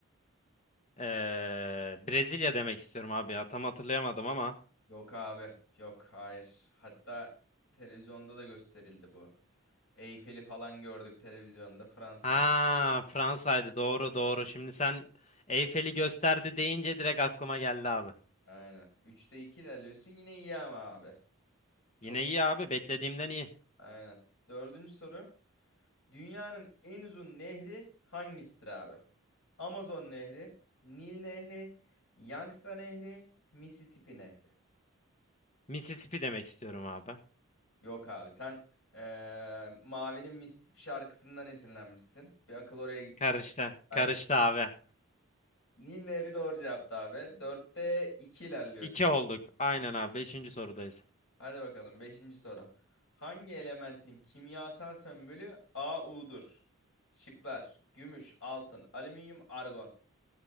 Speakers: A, on the left; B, on the left.
A: Ee, Brezilya demek istiyorum abi ya. Tam hatırlayamadım ama.
B: Yok abi. Yok hayır. Hatta televizyonda da gösterildi bu. Eyfel'i falan gördük televizyonda. Fransa'ydı.
A: Ha Fransa'ydı doğru doğru. Şimdi sen Eyfel'i gösterdi deyince direkt aklıma geldi abi.
B: Aynen. Üçte 2 ilerliyorsun. Yine iyi ama abi. Çok
A: Yine
B: iyi.
A: iyi abi beklediğimden iyi.
B: Aynen. Dördüncü soru. Dünyanın en uzun nehri hangisidir abi? Amazon Nehri, Nil Nehri, Yangtze Nehri, Mississippi Nehri.
A: Mississippi demek istiyorum abi.
B: Yok abi sen eee, Mavi'nin Mississippi şarkısından esinlenmişsin. Bir akıl oraya gitti
A: Karıştı.
B: senin. Haydi.
A: Karıştı abi.
B: Nil Nehri doğru cevaptı abi. Dörtte 2 ilerliyorsun.
A: İki olduk. Aynen abi. Beşinci sorudayız.
B: Hadi bakalım beşinci soru. Hangi elementin kimyasal sembolü AU'dur? Şıklar: gümüş, altın, alüminyum, argon.